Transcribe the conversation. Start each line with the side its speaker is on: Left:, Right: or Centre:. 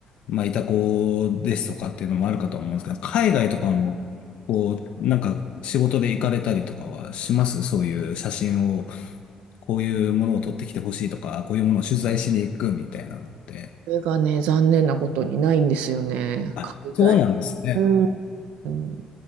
Left: まあいたこですとかっていうのもあるかと思うんですけど、海外とかも、こう、なんか仕事で行かれたりとかはしますそういう写真を、こういうものを撮ってきてほしいとか、こういうものを取材しに行くみたいなのって。
Right: それがね、残念なことにないんですよね。
Left: あ、
Right: 海外。
Left: そうなんですね。
Right: うん。うん